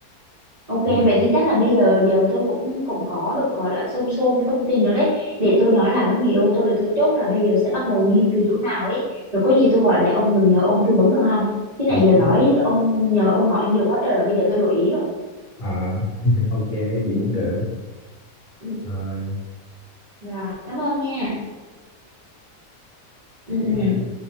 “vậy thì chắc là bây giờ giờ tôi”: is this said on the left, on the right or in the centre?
Right